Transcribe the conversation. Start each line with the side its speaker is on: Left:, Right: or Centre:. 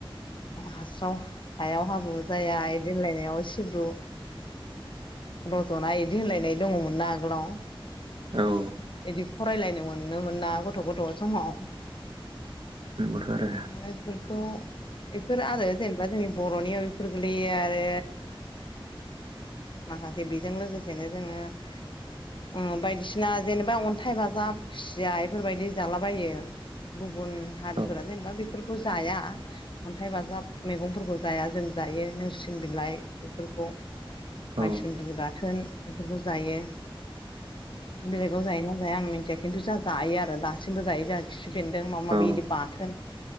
Left: हासाव हायाव हाब्रु जाया इदि होनलायनायाव ए सिब्रु रजनाय बिदि होनलायनाय दङमोन ना आगोलाव
Right: औ
Left: बिदि फरायलायनो मोननो मोना गथ गथ समाव
Right: नंगौथ' आरो
Left: बेफोरखौ बेफोर आरो जेनेबा ज बरनियाव बेफोर गोलैयो आरो माखासे बेजों लोगोसेनो जोङो बायदिसिना जेनेबा अन्थाइ बाजाब खुसिया बेफोरबायदि जालाबायो गुबुन हारिफोरा
Right: औ
Left: जेनेबा बेफोरखौ जाया अन्थाइ बाजाब मैगंफोरखौ जाया जों जायो नोरसिं बिलाइ बेफोरखौ माइसुन्द्रि
Right: औ
Left: बाथोन बेफोरखौ जायो बेलेगाव जायोना जाया आं मिथिया खिन्थु जाहा जायो आरो दासिबो जायो जाह खि बेन्दों माबा माबि
Right: औ
Left: बिदि बाथोन